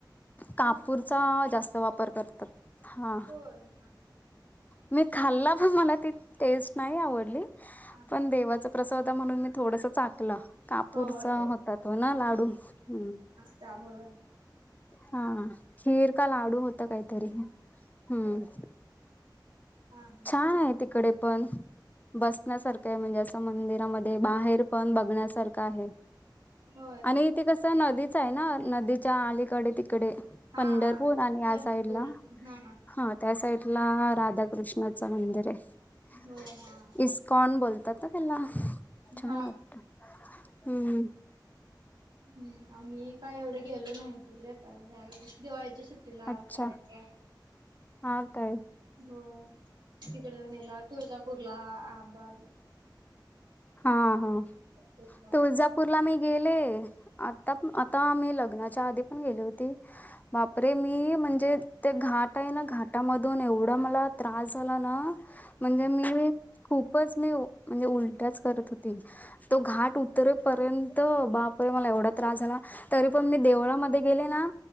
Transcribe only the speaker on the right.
होय
हा हा.
हा हा
होय
त्यामुं
होय. हा हा.
होय.
हा
हा
पंढरपूर
हा
होय हा.
हा. हा.
ह आम्ही काय एवढे गेलो नाही तिकडे आता दिवाळीच्या सुट्टी लावताय
काय
हो तिकड हे्याला तुळजापूरला आंबा
कुठला
हो
हा